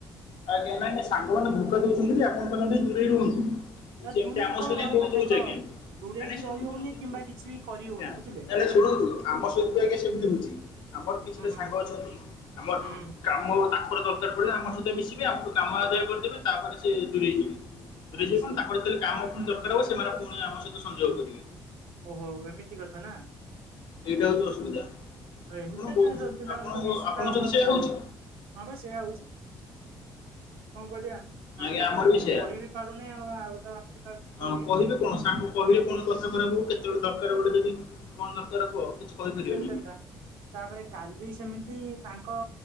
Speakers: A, on the left (about 70°); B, on the right (about 85°).
A: ଆଜ୍ଞା ନାଇଁ ସାଙ୍ଗମାନେ ଧୋକା ଦଉଛନ୍ତି ଆପଣ ତାଙ୍କେ ଟିକେ ଦୂରେଇ ରୁହନ୍ତୁ। କି
B: ଆ
A: ସେମିତି
B: ଦୂରେଇ
A: ଆମ
B: କଣ
A: ସହିତଁ
B: ରହିବା
A: କହୁ ରହୁଛି
B: ଦେଖ
A: ଆଜ୍ଞା
B: ଦୂରେଇ
A: ନାଇଁ ନାଇଁ
B: ବି
A: ଶୁଣନ୍ତୁ
B: ରହି ହଉନି
A: ଶୁଣନ୍ତୁ
B: କିମ୍ବା କିଛି ବି କରି
A: ଆଜ୍ଞା।
B: ହଉନି ବୁଝିଲେ
A: ନାଇ ନାଇଁ ଶୁଣନ୍ତୁ ଆମ ସହିତ ବି ଆଜ୍ଞା ସେମିତି ହଉଛି ଆମର କିଛିଟା
B: ହୁଁ ହୁଁ
A: ସାଙ୍ଗ ଅଛନ୍ତି ଆମର
B: ହୁଁ ହୁଁ
A: କାମ ତାଙ୍କର ଦରକାର ପଡିଲା ଆମ ସହିତ ମିଶିବେ ଆମକୁଠୁ କାମ ଆଦାୟ କରିଦେବେ ତାପରେ ସେ ଦୂରେଇଯିବେ। ଦୂରେ
B: ଆଚ୍ଛା
A: କଣ ତା ଯେତେଳେ କାମ ପୁଣି ଦରକାର ହବ ସେମାନେ ପୁଣି ଆମ ସହିତ ସଂଯୋଗ କରିବେ।
B: ଓହୋ ଏମିତି କଥା ନା।
A: ଏଇଟା ହଉଚି ଅସୁବିଧା।
B: ହ ଏମିତିଆ
A: ଆପଣ ବହୁତ
B: ତା ସହ ପିଲାଙ୍କ
A: ଆପଣ
B: ସହିତ ମିଶିଲା
A: ଆପଣ ଯଦି ସେଇଆ
B: ଭଲ
A: ହେଉଛି
B: ନୁ ହଁ ବା ସେଆ ହଉଚି କଣ କରିବା। ଆମେ
A: ଆଜ୍ଞା
B: ତ
A: ଆମର
B: କାହାକୁ
A: ବି
B: କିଛି
A: ସେଇଆ
B: କହିିବି ପାରୁନେ ଆଉ ଆଉ ତ ଆମେ ତ କାହା କିଛି
A: ହଁ
B: କହିିବି
A: କହିବେ
B: ପାରୁନି।
A: କଣ ସାଙ୍ଗ କହିଲେ କଣ କଥା ଖରାପ ହବ କେତେବେଳେ ଦରକାର ବେଳେ ଯଦି କଣ ଦରକାର ହବ କିଛି କହିପାରିବେନି
B: ହ ସେଇ
A: ଆମେ
B: କଥା। ତାପରେ କାଲି ସେମିତି ତାଙ୍କ